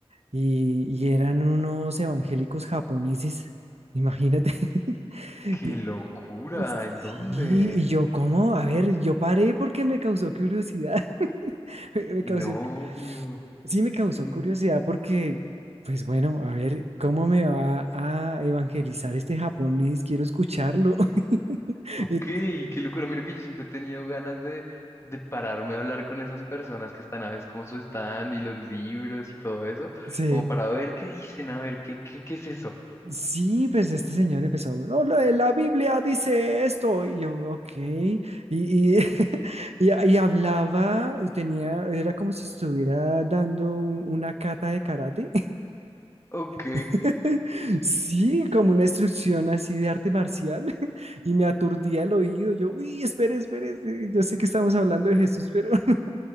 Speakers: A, on the right; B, on the left.
A: y, y eran unos evangélicos japoneses, imagínate. <laughs>
B: ¡Qué locura! ¿En dónde?
A: Sí, y yo, ¿cómo? A ver, yo paré porque me causó curiosidad. <laughs> Me me
B: Novio.
A: causó, sí me causó
B: Mm,
A: curiosidad porque, pues bueno, a ver, ¿cómo me va a evangelizar este japonés? Quiero escucharlo. <laughs>
B: Ok,
A: Ent-
B: qué locura. Mira que yo siempre he tenido ganas de, de pararme a hablar con esas personas que están a veces como su stand y los libros y todo eso,
A: Sí.
B: como para ver qué dicen, a ver qué, qué, qué es eso.
A: Sí, pues este señor empezó, "Oh, la, la Biblia dice esto, y yo, ok, y, y, <laughs> y, y hablaba y tenía, era como si estuviera dando un- una cata de karate,
B: Ok,
A: <laughs> sí, como una instrucción así de arte marcial, <laughs> y me aturdía el oído, yo, uy, espere, espere, espere, yo sé que estamos hablando de Jesús, pero <laughs> no,